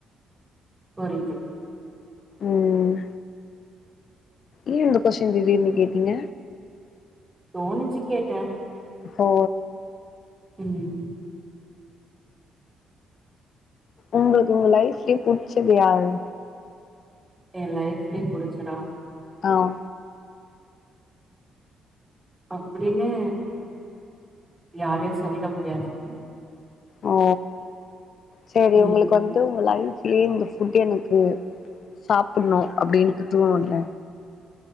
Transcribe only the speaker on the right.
புரியுது
தோணிச்சு கேட்டேன்
உம்
என் லைஃப்லயே புடுச்சதா
அப்டின்னு யாரயும் சொல்லிட முடியாது
ம்